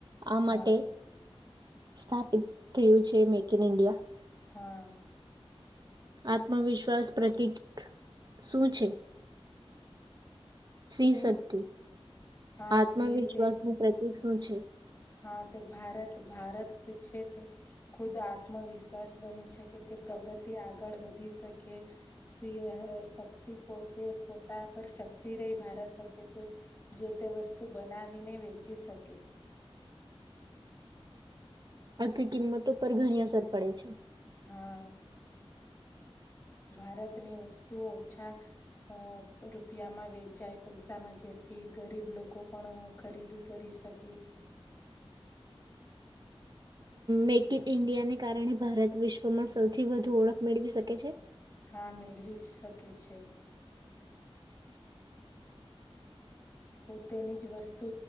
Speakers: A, on the right; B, on the left.
A: આ માટે
B: હા
A: સ્થાપિત્યું છે મેક ઇન ઇન્ડિયા
B: હા
A: આત્મવિશ્વાસ પ્રતીક શું છે. સિં
B: શું
A: સક્તિ
B: હા
A: આત્મવિશ્વાસ
B: સે તે
A: નું પ્રતિક હમ છે.
B: હા તે ભારત ભારત છે તે ખુદ આત્મવિશ્વાસ બની શકે તે પ્રગતિ આગળ વધી શકે શિ શક્તિ પોતે પોતા પર શક્તિ રહી ભારત પર કે તે જે તે વસ્તુ બનાવીને વેચી શકે
A: આખી કિંમતો પર ઘણી અસર પડે છે.
B: હા ભારતની વસ્તુ ઓછા અ રૂપિયામાં વેચાય પૈસામાં જેથી ગરીબ લોકો પણ ખરીદી કરી શકે
A: મેક ઇન ઈન્ડિયાને કારણે ભારત વિશ્વમાં સૌથી વધુ ઓળખ મેળવી શકે છે.
B: હા મેળવી જ શકે છે. પોતેની જ વસ્તુ